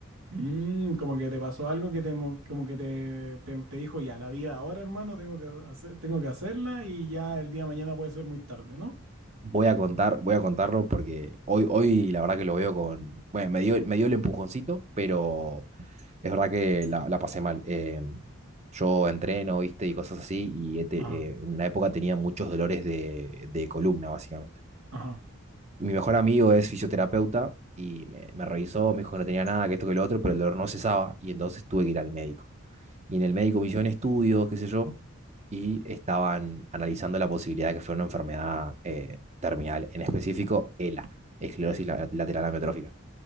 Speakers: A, on the right; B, on the right.
A: Mm, como que te pasó algo que te, mo- como que te, te, te dijo, ya, la vida ahora, hermano, tengo que hacer, tengo que hacerla y ya el día de mañana puede ser muy tarde, ¿no?
B: Voy a contar, voy a contarlo porque hoy, hoy la verdad que lo veo con, bueno, me dio, me dio el empujoncito, pero Es verdad que la, la pasé mal. eh, yo entreno, viste, y cosas así, y he te-
A: Ajá,
B: eh, en una época tenía muchos dolores de, de columna, básicamente.
A: ajá.
B: Mi mejor amigo es fisioterapeuta y me, me revisó, me dijo que no tenía nada, que esto, que lo otro, pero el dolor no cesaba y entonces tuve que ir al médico. Y en el médico me hicieron estudios, qué sé yo, y estaban analizando la posibilidad de que fuera una enfermedad eh, terminal, en específico ELA, esclerosis la- lateral amiotrófica.